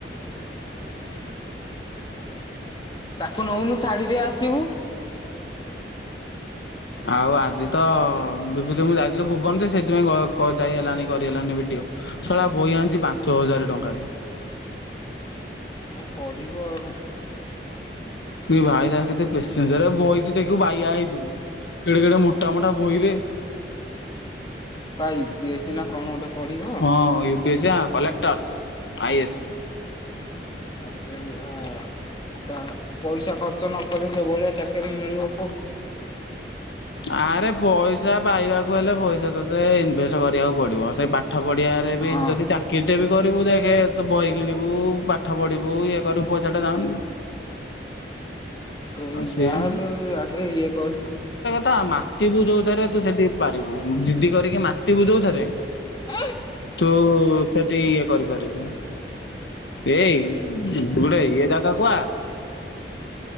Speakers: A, on the left; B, on the left.
A: ତାକୁ ନଉନୁ ଛାଡିଦେଇ ଆସିବୁ।
B: ଆଉ ଆଜି ତ ବିଭୁତି ମୁଁ ଯାଇଥିଲୁ ଭୁବନ ଯେ ସେଥିପାଇଁ ଘ କ ଯାଇ ହେଲାନି କରିହେଲାନି ଭିଡିଓ। ସଲା ବହି ଆଣିଛି ପାଞ୍ଚ ହଜାରେ ଟଙ୍କାରେ।
A: ଆଉ ପଢ଼ିବ ଆଉ।
B: ଭାଇ ତାର କେତେ ପେସେନଜର ବହି ତୁ ଦେଖୁ ବାୟା ହେଇଯିବୁ। କେଡ଼େ କେଡ଼େ ମୋଟାମୋଟା ବହି ବେ
A: ୟୁ ପି ଏ ସି ନା କଣ ଗୋଟେ ପଢିବ
B: ହଁ ୟୁ ପି ଏ ସି ପା କଲେକ୍ଟର ଆଇ ଏ ଏସ୍।
A: ଆ ସେଇଆ ତା ପଇସା ଖର୍ଚ୍ଚ ନ କଲେ ଯେଭଳିଆ ଚାକିରି ମିଳିବ କୋଉଠୁ।
B: ଆରେ ପଇସା ପାଇବାକୁ ହେଲେ ପଇସା ତତେ ଇନଭେଷ୍ଟ୍ କରିବାକୁ ପଡ଼ିବ ସେ ପାଠ ପଢ଼ିବା ପାଇଁ ଏବେ
A: ହଁ।
B: ଯଦି ତାକୁ କିରି ଟେ ବି କରିବୁ ଦେଖେ ତୁ ବହି କିଣିବୁ ପାଠ ପଢ଼ିବୁ ଇଏ କରିବୁ ପଇସା ଟା ଜାଉନିନା
A: ସେଇ
B: ସିଏ
A: ଯାହା ହେଲେ ଆଗେ ଇଏ କର୍
B: ତା ମାତି ବୁ ଯଉଥିରେ ତୁ ସେଠି ପାରିବୁ ଦଜିଦି କରିକି ମାଟିତୁ ଯଉଥିରେ।
A: ହଁ
B: ତୁ ସେଠି ଇଏ କରିପାରିବୁ। ଏଇ ଗୋଟେ ଇଏ ଜାଗାକୁ ଆ।